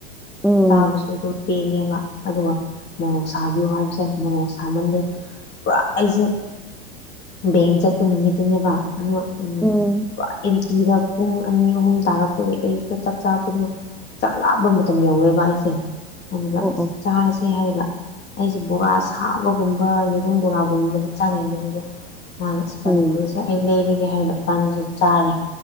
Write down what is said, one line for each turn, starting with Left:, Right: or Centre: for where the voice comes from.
Centre: ꯎꯝ
Left: ꯆꯥꯕꯁꯨ ꯑꯗꯨꯝ ꯄꯦꯜꯂꯦꯕ ꯑꯗꯨꯒ ꯃꫭꯔꯣꯛ ꯁꯥꯕꯤꯌꯨ ꯍꯥꯏꯕꯁꯔꯦ ꯃꫭꯔꯣꯛ ꯁꯥꯃꯟꯗ ꯄꯨꯔꯥ ꯑꯩꯁꯦ ꯕꯦꯡ ꯆꯠꯄ ꯅꯨꯃꯤꯠꯇꯨꯅꯦꯕ ꯑꯗꯣ
Centre: ꯎꯝ
Left: ꯄꯨꯔ ꯀꯤꯔꯥ ꯄꯨꯡ ꯑꯅꯤ ꯑꯍꯨꯝ ꯇꯥꯔꯛꯄꯒꯤ ꯑꯌꯨꯛꯇ ꯆꯥꯛ ꯆꯥꯕꯗꯨꯅ ꯆꯥꯛ ꯂꯥꯕ ꯃꯇꯝ ꯌꯧꯔꯦꯕ ꯑꯩꯁꯦ ꯑꯗꯨꯗ
Centre: ꯑꯣ ꯑꯣ
Left: ꯆꯥꯁꯦ ꯍꯥꯏꯔꯔꯤꯕ ꯑꯩꯁꯦ ꯕꯣꯔꯥ ꯁꯥꯕꯒꯨꯝꯕ ꯌꯦꯔꯨꯝ ꯕꯣꯔꯥꯒꯨꯝꯕꯗꯤ ꯆꯥꯅꯤꯡꯕꯅꯤꯗ ꯃꯥꯅ ꯄꯥꯅꯤ
Centre: ꯎꯝ
Left: ꯄꯨꯔꯤꯁꯦ ꯑꯩ ꯂꯩꯔꯒꯦ ꯍꯥꯏꯔꯤꯕ ꯏꯕꯥꯅꯤꯁꯨ ꯆꯥꯔꯦ